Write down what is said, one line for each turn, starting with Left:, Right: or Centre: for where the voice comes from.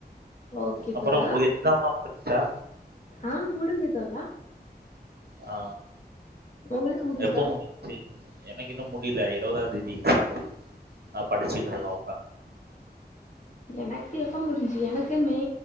Left: ஓகே
Right: அப்றோ
Left: தோழா
Right: ஒங்களுக் எக்ஸாம்ல்லா முடிஞ்சா
Left: ஆ முடுங்சுது தோழா
Right: ஆ
Left: உங்களுக்கு முடிஞ்சுதா
Right: எப்போ முடி சிங் எனக்கு இன்னு முடியல இருவதாந் தேதி எக்ஸாம் இருக்கு அ படிச்சுட்ருக்கோ
Left: ஓ எனக்கு எப்போ முடிஞ்சு எனக்கு மே